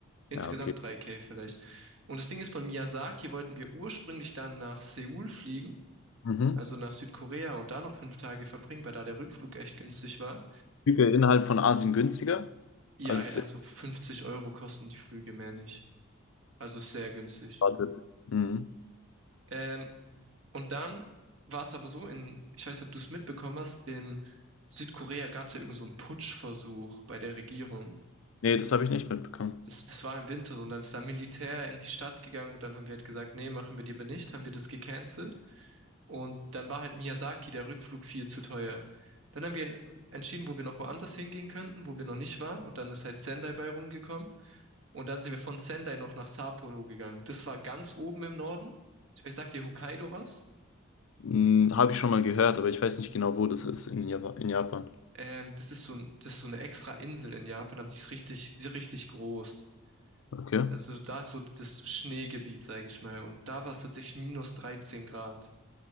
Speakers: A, on the right; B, on the left.
A: Insgesamt
B: Ja, okay.
A: 3K vielleicht. Und das Ding ist, von Miyazaki wollten wir ursprünglich dann nach Seoul fliegen,
B: Mhm.
A: also nach Südkorea und da noch fünf Tage verbringen, weil da der Rückflug echt günstig war.
B: Flüge innerhalb von Asien günstiger
A: Ja,
B: als
A: also 50 Euro kosten die Flüge mehr nicht. Also ist sehr günstig.
B: erwartet. Mhm.
A: Ähm, Und dann war es aber so, in, ich weiß nicht, ob du es mitbekommen hast, in Südkorea gab es ja irgend so einen Putschversuch bei der Regierung.
B: Nee, das habe ich nicht mitbekommen.
A: Das, das war im Winter so, und dann ist da Militär in die Stadt gegangen und dann haben wir halt gesagt, nee, machen wir die aber nicht, haben wir das gecancelt. Und dann war halt Miyazaki, der Rückflug viel zu teuer. Dann haben wir entschieden, wo wir noch woanders hingehen könnten, wo wir noch nicht waren. Und dann ist halt Sendai bei rumgekommen. Und dann sind wir von Sendai noch nach Sapporo gegangen. Das war ganz oben im Norden. Ich weiß, sagt dir Hokkaido was?
B: Mhm, habe ich schon mal gehört, aber ich weiß nicht genau, wo das ist in Java in Japan.
A: Ähm, das ist so, ein- das ist so eine extra Insel in Japan, aber die ist richtig, die ist richtig groß.
B: Okay.
A: Also da ist so das Schneegebiet, sage ich mal. Und da war es tatsächlich minus 13 Grad.